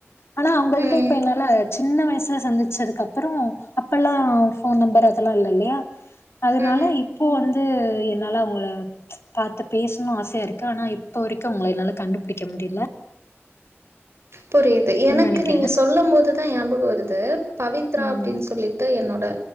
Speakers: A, on the left (about 65°); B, on the right (about 65°).
A: ஆனா அவுங்கள்ட்ட
B: ம்.
A: இப்ப என்னால சின்ன வயசுல சந்திச்சதுக்கு அப்றோ அப்பெல்லா ஃபோன் நம்பர் அதெல்லா இல்ல இல்லயா அதனால
B: ம்.
A: இப்போ வந்து என்னால அவுங்கள பாத்து பேசணு ஆசையா இருக்கு ஆனா இப்ப வரைக்கு அவுங்கள என்னால கண்டுபுடிக்க முடியில
B: புரியுது எனக்கு
A: நெனைக்கிறே
B: நீங்க சொல்லு போதுதா ஞாபகோ வருது பவித்ரா
A: ம்
B: அப்டின் சொல்லிட்டு என்னோட